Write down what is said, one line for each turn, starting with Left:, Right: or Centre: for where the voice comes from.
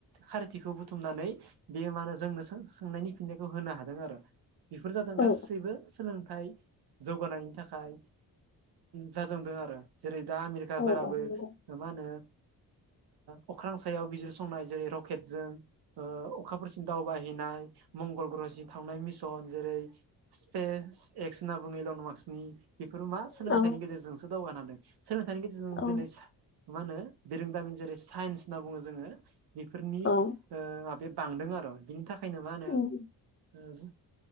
Right: खारथिखौ बुथुमनानै बे मा होनो जोंनो सों सोंनायनि फिननायखौ होनो हादों आरो। बेफोर जादों गासैबो
Left: औ
Right: सोलोंथाइ जौगानायनि थाखाय जाजोबदों आरो जेरै दा आमेरिकाफोराबो
Left: औ नंगौ
Right: मा होनो ओ अख्रां सायाव बिजिरसंनाय जेरै रकेट जों अखाफोरसिम दावबायहैनाय मंगल ग्रह जि थांनाय मिसन जेरै स्पेस एक्स होनना बुङो इलनमार्सनि बेफोरो मा सोलोंथाइनि
Left: औ
Right: गेजेरजोंसो दावगानो हादों सोलोंथाइनि गेजेरजों
Left: औ
Right: दिनै मा होनो बिरोंदामिन जेरै साइन्स होनना बुङो जोङो बेफोरनि
Left: औ
Right: ओ माबे बांदों आरो बिनि थाखायनो मा होनो
Left: उम
Right: ओ